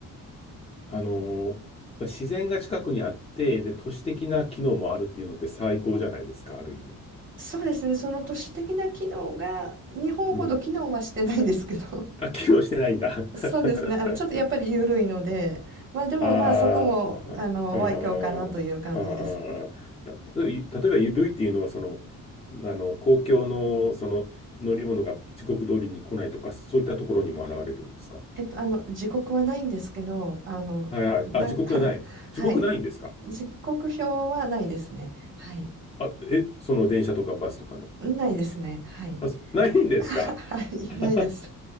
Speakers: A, on the left; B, on the right.
A: あのー自然が近くにあって、で、都市的な機能もあるっていうのって最高じゃないですか、ある意味。
B: そうですね、その都市的な機能が日本ほど機能はしてないんですけど。
A: うん。あ、機能してないんだ。<laughs>
B: そうですね。あの、ちょっとやっぱり緩いので、まあでもまあそこも、
A: ああ、うんうんうんうんうんうんうん。
B: あの、お愛嬌かなという感じです。
A: た例えば、例えばゆるいっていうのは、その、あの、公共の、その、乗り物が時刻通りに来ないとか、そういったところにも現れるんですか
B: えっと、あの、時刻はないんですけど、あの、
A: はいはい。
B: な、
A: あ、時刻がない。
B: <laughs> はい。
A: 時刻ないんですか
B: 時刻表はないですね。はい。
A: あ、え、その電車とかバスとかの。
B: ないですね。はい。
A: あ、そないんですか
B: <laughs> はい、
A: <laughs>
B: ないです。